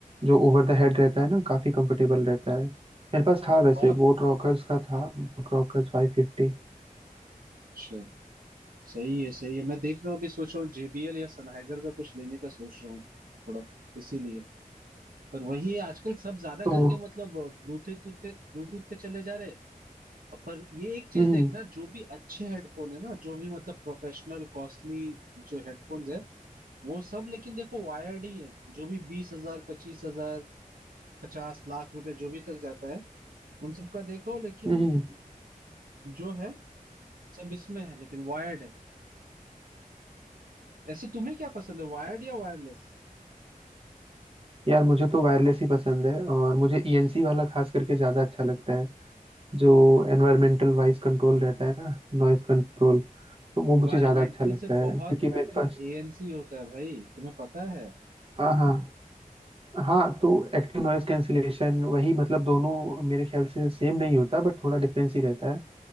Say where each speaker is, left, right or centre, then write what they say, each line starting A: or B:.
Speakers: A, on the right; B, on the right.
A: जो ओवर द हेड रहता है ना काफी कंफर्टेबल रहता है मेरे पास था वैसे
B: बहुत
A: बोट रॉकर्स का था बोट रॉकर्स फाइव फिफ्टी
B: अच्छा, सही है सही है मैं देख रहा हूँ अभी सोच रहा हूँ जेबीएल या सनहाइजर का कुछ लेने का सोच रहा हूँ थोड़ा इसीलिए पर वही है, आजकल सब ज्यादा
A: तो
B: करके मतलब ब्लूटूथ पे ब्लूटूथ पे चले जा रहे हैं अ, पर ये एक चीज
A: हम्म
B: देखना जो भी अच्छे हेडफोन है ना जो भी मतलब प्रोफेशनल कॉस्टली जो हेडफोन्स है वो सब लेकिन देखो वायर्ड ही है जो भी बीस हजार पच्चीस हजार पचास लाख रुपए जो भी तक जाता है उन सबका देखो लेकिन
A: हम्म
B: जो है सब इसमें है लेकिन वायर्ड है ऐसे तुम्हें क्या पसंद है वायर्ड या वायरलेस
A: यार मुझे तो वायरलेस ही पसंद है और मुझे ईएनसी वाला खास करके ज़्यादा अच्छा लगता है जो एनवायरमेंटल वॉइस कंट्रोल रहता है ना नॉइस कंट्रोल तो वो
B: इन्वायरमेंटल
A: मुझे ज़्यादा अच्छा लगता
B: से बहुत
A: है क्योंकि
B: बेटर
A: मेरे पास
B: एएनसी होता है भाई तुम्हें पता है
A: हाँ हाँ हाँ तो एक्टिव नॉइस कैंसिलेशन वही मतलब दोनों मेरे ख्याल से सेम नहीं होता बट थोड़ा डिफरेंस ही रहता है